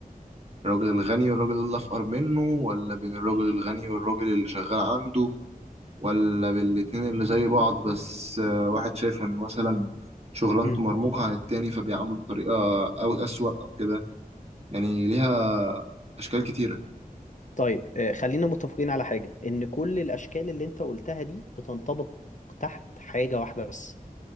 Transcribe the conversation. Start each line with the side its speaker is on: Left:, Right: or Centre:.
Right: الراجل الغني والراجل اللي أفقر منه ولا بين الراجل الغني والراجل اللي شغال عنده ولا بين الاتنين اللي زي بعض بس آه، واحد شايف إن مثلا شغلانته
Left: مم.
Right: مرموقة عن التاني فبيعامله بطريقة أو أسوأ أو كده يعني ليها أشكال كتيرة
Left: طيب آه، خلينا متفقين على حاجة إن كل الأشكال اللي أنت قلتها دي بتنطبق تحت حاجة واحدة بس